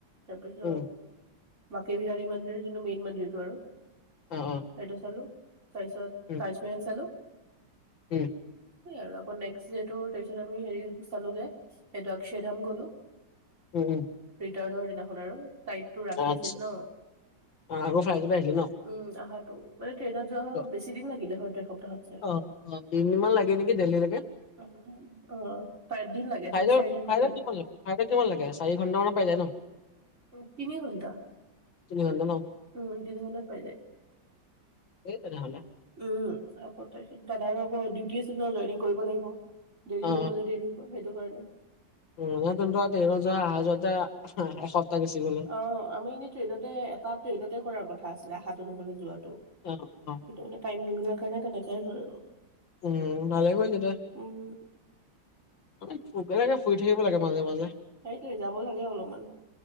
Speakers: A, on the right; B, on the left.
A: তাৰপিছত-
B: উম
A: বাকী <unintelligible> মন্দিৰ যোনটো মেইন মন্দিৰটো আৰু,
B: অ অ
A: সেইটো চালোঁ। তাৰপিছত
B: উম
A: তাজমেহেল চালোঁ।
B: উম।
A: সেইয়াই আৰু। আকৌ নেক্স ডেটত টোৰ তাৰপিছত আমি হেৰি চালোঁ গে সেইটো অক্ষয় ধাম গ'লোঁ।
B: উম-উম।
A: ৰিটাৰ্নৰ দিনাখন আৰু ফ্লাইটটো ৰাতি
B: আচ্ছা
A: আছিল ন?
B: আ, আকৌ ফ্লাইটতে আহিলি ন
A: উম আহাতো। মানে ট্ৰেইনত যোৱা হ'লে
B: তো,
A: বেছি দিন লাগিলে হয়তো এসপ্তাহত ছে।
B: অ', অ', তিনি দিনমান লাগে নেকি দিল্লী লৈকে?
A: উম অ', <unintelligible> দিন লাগে,
B: ফ্লাইটত
A: তিনি-চাৰিদিন
B: ফ্লাইটত
A: মান লাগে।
B: কিমান ফ্লাইটত কিমান লাগে, চাৰি ঘণ্টা মানত পাই যায় ন?
A: উম, তিনি ঘন্টা।
B: তিনি ঘন্টা ন
A: উম, তিনি ঘণ্টাত পাই যায়।
B: এই তেনেহ'লে
A: উম, আকৌ তাৰপিছত দাদাৰ আকৌ ডিউটি আছিল নহয়, জইনিং কৰিব লাগিব। দেৰি
B: অ
A: হৈ গ'লে দেৰি হ'ব সেইটো কাৰণে।
B: উম। দুবাৰ, তিনিবাৰ যোৱা অহা যোৱাতে এসপ্তাহ গুচি গ'ল গৈ।
A: অ', আমি এনেই ট্ৰেইনতে, এটা ট্ৰেইনতে কৰাৰ কথা আছিলে আহাটো ন'হলে যোৱাটো।
B: অ', অ'।
A: কিন্তু মানে টাইম নিমিলাৰ কাৰণে তেনেকেই আহিলোঁ আৰু।
B: উম, ভালে কৰিল দে।
A: উম।
B: মানে <unintelligible> ফুৰি থাকিব লাগে মাজে-মাজে।
A: সেইটোয়ে যাব লাগে অলপমান।